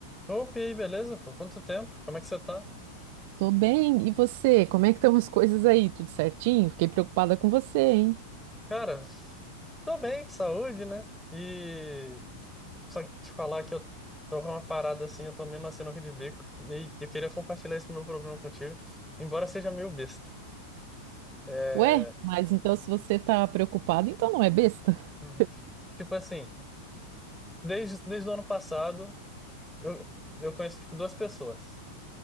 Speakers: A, in the centre; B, on the right.
A: Opa, e aí, beleza? Por quanto tempo? Como é que você tá?
B: Tô bem, e você? Como é que estão as coisas aí? Tudo certinho? Fiquei preocupada com você, hein?
A: Cara, tô bem, saúde, né? E só que te falar que eu tô com uma parada assim, eu tô meio na sinuca de bico. E eu queria compartilhar esse meu problema contigo, embora seja meio besta. É...
B: Ué, mas então se você tá preocupado, então não é besta? <laughs>
A: Uhum. Tipo assim, desde, desde o ano passado, eu, eu conheço tipo, duas pessoas.